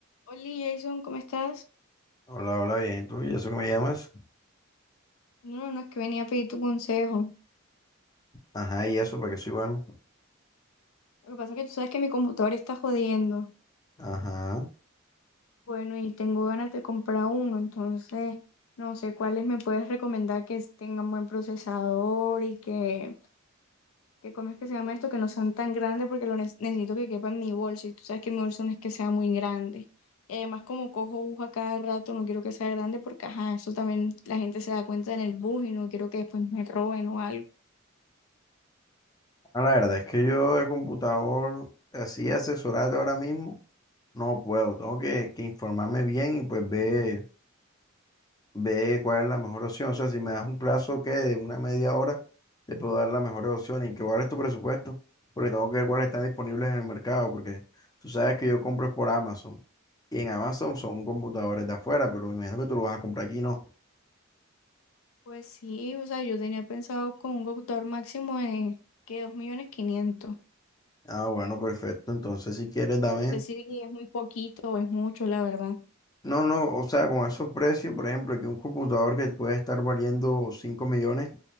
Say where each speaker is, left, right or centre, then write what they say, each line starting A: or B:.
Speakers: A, on the left; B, on the left.
A: Hola Jason, ¿cómo estás?
B: Hola, hola, bien, ¿tú? ¿Y eso que me llamas?
A: No, no, no, es que venía a pedir tu consejo.
B: Ajá, y eso, porque soy bueno.
A: Lo que pasa es que tú sabes que mi computador está jodiendo.
B: Ajá.
A: Bueno, y tengo ganas de comprar uno, entonces no sé cuáles me puedes recomendar que tengan buen procesador y que, que ¿cómo es que se llama esto? Que no sean tan grandes porque lo ne- necesito que quepa en mi bolso. Y tú sabes que mi bolso no es que sea muy grande. Y además como cojo bus a cada rato, no quiero que sea grande porque, ajá, eso también la gente se da cuenta en el bus y no quiero que después me roben o algo.
B: Ah, la verdad es que yo de computador, así asesorarte ahora mismo, no puedo. Tengo que, que informarme bien y pues ver, ver cuál es la mejor opción. O sea, si me das un plazo que de una media hora, te puedo dar la mejor opción y que cuál es tu presupuesto, porque tengo que ver cuáles están disponibles en el mercado, porque tú sabes que yo compro es por Amazon. Y en Amazon son computadores de afuera, pero me imagino que tú lo vas a comprar aquí, ¿no?
A: Pues sí, o sea, yo tenía pensado con un computador máximo de que 2.500.000. O
B: Ah, bueno, perfecto. Entonces, si quieres, dame.
A: sea, no sé si es muy poquito o es mucho, la verdad.
B: No, no, o sea, con esos precios, por ejemplo, aquí un computador que puede estar valiendo 5 millones,